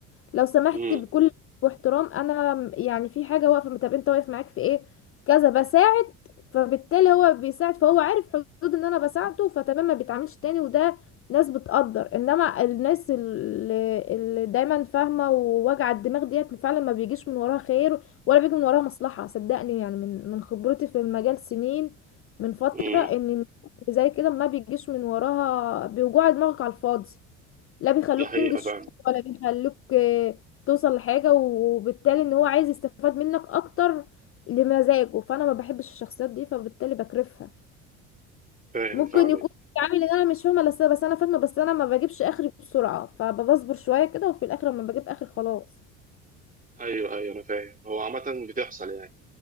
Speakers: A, on the left (about 35°); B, on the right (about 20°).
A: لو سمحت
B: امم
A: بكل واحترام انا يعني في حاجه واقفه طب انت واقف معاك في ايه كذا بساعد فبالتالي هو بيساعد فهو عارف حدود ان انا بساعده فتمام ما بيتعاملش تاني وده ناس بتقدر انما الناس اللي, اللي دايما فاهمه ووجع الدماغ ديت فعلا ما بيجيش من وراها خير ولا بيجي من وراها مصلحه صدقني يعني من من خبرتي في المجال سنين من فتره
B: امم
A: ان زي كده ما بيجيش من وراها بيوجع دماغك على الفاضي لا بيخلوك
B: دي حقيقه
A: تنجز
B: فعلا
A: شغل ولا بيخلوك آه، توصل لحاجة وبالتالي ان هو عايز يستفاد منك اكتر لمزاجه فانا ما بحبش الشخصيات دي فبالتالي بكرفها
B: فاهم
A: ممكن
B: فاهمك
A: يكون عامل ان انا مش فاهمة بس بس انا فاهمة بس انا ما بجيبش اخري بسرعة فبصبر شوية كده وفي الاخر لما بجيب اخر خلاص
B: ايوه ايوه انا فاهم هو عامة بتحصل يعني